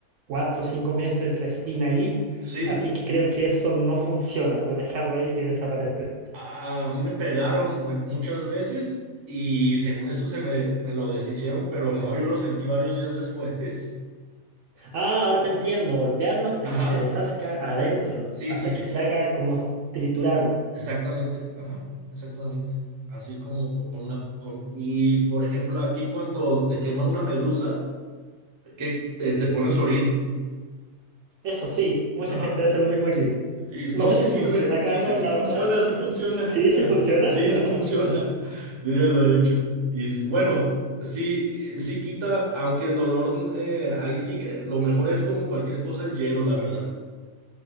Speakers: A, on the right; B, on the right.
A: cuatro o cinco meses la espina ahí.
B: Sí.
A: Así que creo que eso no funciona, de dejarlo ahí que desaparezca.
B: A a mí me pegaron me- muchas veces y según eso se me, me lo deshicieron, pero no, yo lo sentí varios días después.
A: Ah, ahora te entiendo, golpearlo hasta
B: <laughs> Ajá,
A: que se deshazca adentro,
B: sí,
A: hasta
B: sí, sí,
A: que
B: sí,
A: se haga como s- triturarlo.
B: exactamente, ajá, exactamente. Así como co- con una... con- y por ejemplo, aquí cuando te quema una medusa, que te, te pones orín.
A: Eso sí, mucha
B: Ajá.
A: gente hace lo mismo aquí.
B: Y
A: No
B: no,
A: sé
B: sí
A: si
B: sirve,
A: funciona, Carlos,
B: sí, sí, sí
A: la
B: funciona,
A: verdad. <laughs>
B: sí funciona,
A: Sí,
B: <laughs>
A: sí funciona.
B: sí, sí funciona,
A: <laughs>
B: yo ya lo he hecho. Y s- bueno, sí, eh, sí quita, aunque el dolor eh, ahí sigue, lo mejor es como cualquier cosa el hielo, la verdad.